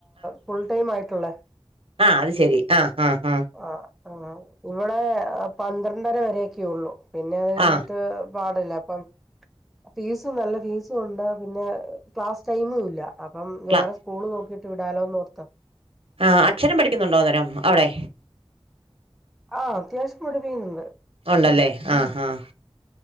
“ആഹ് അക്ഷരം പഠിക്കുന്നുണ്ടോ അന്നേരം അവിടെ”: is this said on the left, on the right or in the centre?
Right